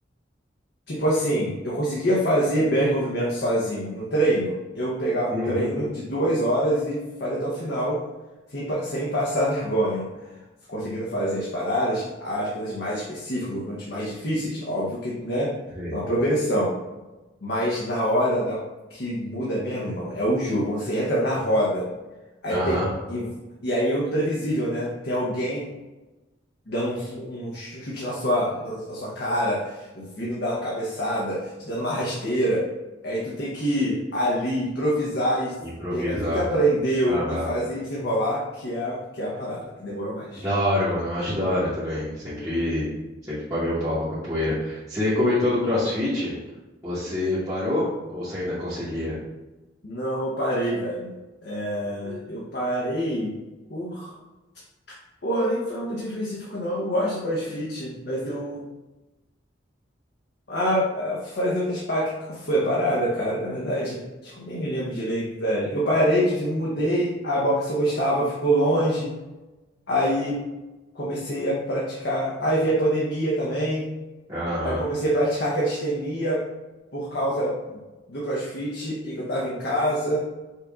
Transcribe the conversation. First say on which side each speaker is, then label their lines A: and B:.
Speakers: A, on the left (about 65°); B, on the right (about 15°).
A: Tipo assim, eu conseguia fazer bem os movimentos sozinho no treino. Eu pegava
B: Uhum.
A: um treino de duas horas e fazia até o final, sem, pa- sem passar <laughs> vergonha. Conseguindo fazer as paradas, as coisas mais específicas, os movimentos mais difíceis. Óbvio que, né, tem
B: Sei.
A: uma progressão. Mas na hora da, que muda mesmo, irmão, é o jogo. Quando você entra na roda, aí
B: Aham.
A: tem, e, e aí é o imprevisível, né? Tem alguém dando um, su- um chute na sua, na, na sua cara, vindo dar uma cabeçada, te dando uma rasteira. Aí tu tem que ali improvisar e
B: Improvisar.
A: pegar tudo que aprendeu
B: Aham.
A: e fazer desenrolar, que é, a- que é a parada, que demorou mais.
B: Da hora, mano. Eu acho da hora também. Sempre, sempre paguei um pau pra capoeira. Você comentou do CrossFit? Você parou? Ou você ainda concilia?
A: Não, eu parei, velho. É, eu parei por. Pô, nem foi um motivo específico, não. Eu gosto de CrossFit, mas eu Ah, ah, fazer outras paradas. que que foi a parada, cara? Na verdade, acho que eu nem me lembro direito, velho. Eu parei, tipo, assim, me mudei, a boxe que eu gostava ficou longe, aí comecei a praticar. Aí veio a pandemia também,
B: Aham.
A: aí comecei a praticar calistenia por causa do CrossFit e que eu tava em casa.